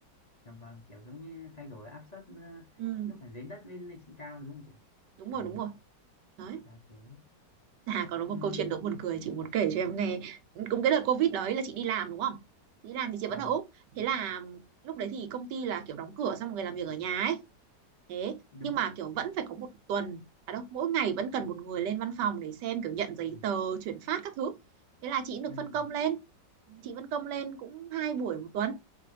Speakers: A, on the left (about 30°); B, on the right (about 75°).
A: dạ vâng kiểu giống như thay đổi áp suất ờ,
B: Ừ.
A: lúc ở dưới đất với lên trên cao đúng không chị
B: đúng rồi
A: à,
B: đúng rồi đấy
A: à
B: à còn có
A: thế
B: một câu chuyện đố buồn cười chị muốn kể cho em nghe cũng cái đợt covid đấy là chị đi làm đúng không đi làm thì chị vẫn
A: vâng
B: ở úc thế là lúc đấy thì công ty là kiểu đóng cửa xong mọi người làm việc ở nhà ấy thế
A: đúng
B: nhưng mà
A: á
B: kiểu vẫn phải có một tuần à đâu mỗi ngày vẫn cần một người lên văn phòng để xem kiểu nhận giấy
A: Ừ,
B: tờ chuyển phát các thứ thế là chị được
A: ừ,
B: phân công lên chị phân công lên cũng hai buổi một tuần